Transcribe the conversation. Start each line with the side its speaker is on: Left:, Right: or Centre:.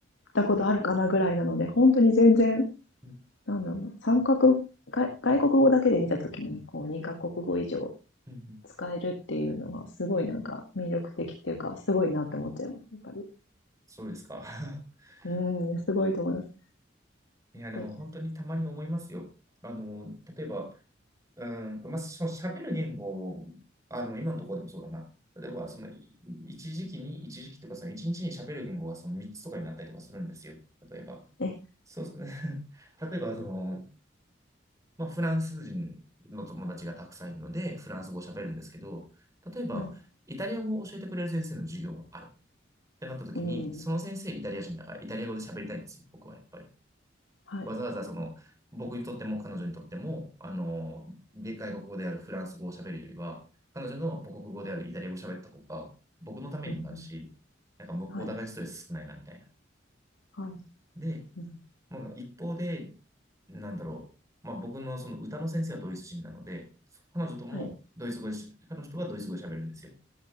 Left: だことあるかなぐらいなので、本当に全然
Right: うん
Left: なんだろうな、三角、外外国語だけで見たときに、こう、二カ国語以上
Right: うんうん
Left: 使えるっていうのが、すごいなんか魅力的っていうか、すごいなって思っちゃいます、やっぱり。
Right: そうですか。<laughs>
Left: うん、すごいと思います。
Right: いや、でも本当にたまに思いますよ。
Left: で、
Right: あの、例えば、うーんと、まあ、その喋る言語、あ、でも今のところでもそうだな。例えば、その、い一時期に、一時期とか、その一日に喋る言語がその3つとかになったりとかするんですよ。例えば。
Left: え、
Right: そうす、<laughs> 例えば、その、まあ、フランス人の友達がたくさんいるので、フランス語を喋るんですけど、例えば、
Left: はい、
Right: イタリア語を教えてくれる先生の授業があるってなった時に、
Left: うん、
Right: その先生イタリア人だから、イタリア語で喋りたいんですよ、僕はやっぱり。
Left: はい、
Right: わざわざその、僕にとっても彼女にとっても、あの、外国語であるフランス語を喋るよりは、彼女の母国語であるイタリア語を喋った方が、僕のためにもなるし、
Left: うん、
Right: なんかお互いストレス少ないな、
Left: はい、
Right: みたいな。
Left: はい、
Right: で、
Left: うん、
Right: まあ、一方で、なんだろう、まあ、僕のその歌の先生はドイツ人なので、彼女ともドイツ語で彼女とはドイツ語で喋るんですよ。
Left: はい、